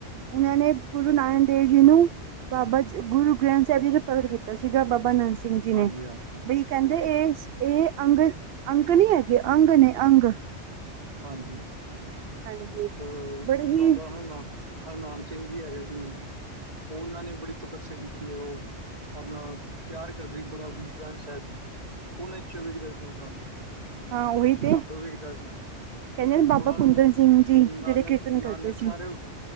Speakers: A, on the right (about 60°); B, on the right (about 35°).
A: ਓਨਾਂ ਨੇ ਗੁਰੂ ਨਾਨਕ ਦੇਵ ਜੀ ਨੂੰ, ਬਾਬਾ ਜ ਗੁਰੂ ਗ੍ਰੰਥ ਸਾਹਿਬ ਜੀ ਦਾ ਪਾਠ ਕੀਤਾ ਸੀਗਾ ਬਾਬਾ ਨੰਦ ਸਿੰਘ ਸਿੰਘ ਜੀ ਨੇ,
B: ਹਾਂਜੀ ਹਾਂਜੀ
A: ਬਈ ਕਹਿੰਦੇ
B: ਸਹੀ
A: ਇਹ-
B: ਹੈ
A: ਇਹ, ਅੰਗ ਅੰਕ ਨਈ ਹੈਗੇ ਅੰਗ ਨੇ ਅੰਗ।
B: ਹਾਂਜੀ,
A: ਹਾਂਜੀ
B: ਆ
A: ਬੜੇ ਹੀ
B: ਬਾਬਾ ਹਰਨਾਮ ਹਰਨਾਮ ਸਿੰਘ ਜੀ ਹੈਗੇ ਸੀ, ਓਨਾਂ ਨੇ ਬੜੀ ਤਪੱਸਿਆ ਕੀਤੀ ਹੈ, ਓ ਆਪਣਾ ਪਿਆਰ ਕਰਦੇ ਬੜਾ, ਗੁਰੂ ਗ੍ਰੰਥ ਸਾਹਿਬ ਜੀ ਨੂੰ। ਓਹਨੇ ਚੋਵੀ ਦਿਨ ਓਹਨਾਂ ਨੂੰ
A: ਹਾਂ ਉਹੀ ਤੇ
B: ਬਰਾਬਰ ਵੀ ਕੀਤਾ ਸੀ।
A: ਕਹਿੰਦੇ ਨੇ ਬਾਬਾ
B: ਓਨਾਂ
A: ਕੁੰਦਨ
B: ਨੂੰ,
A: ਸਿੰਘ ਜੀ
B: ਨਾਨਕ-
A: ਜਿਹੜੇ ਕੀਰਤਨ ਕਰਦੇ
B: ਨਾਨਕ
A: ਸੀ
B: ਸਾਰ